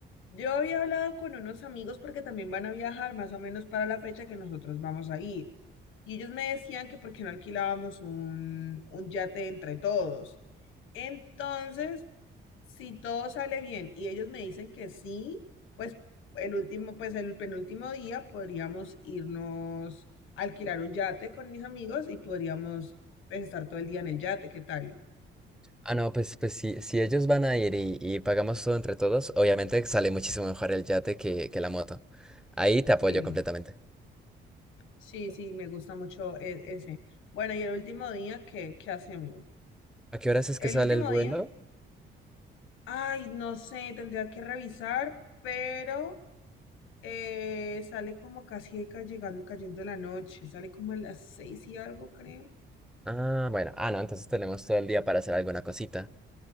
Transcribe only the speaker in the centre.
Ah, no, pues, pues si si ellos van a ir y, y pagamos todo entre todos, obviamente sale muchísimo mejor el yate que, que la moto. Ahí te apoyo
completamente.
¿A qué horas es
que sale
el vuelo?
Ah, bueno, ah, no, entonces tenemos todo el día para hacer alguna cosita.